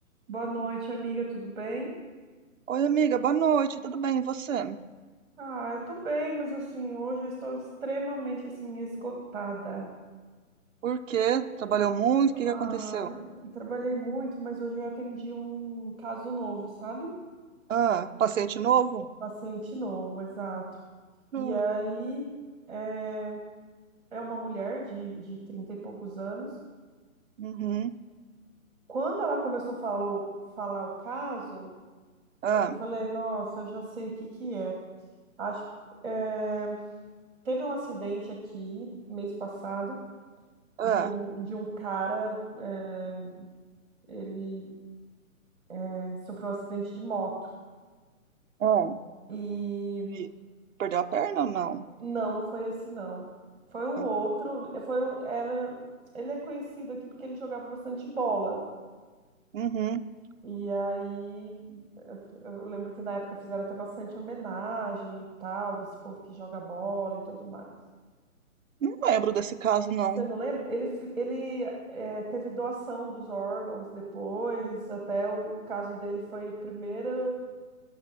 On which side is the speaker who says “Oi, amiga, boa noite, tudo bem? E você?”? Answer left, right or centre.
Right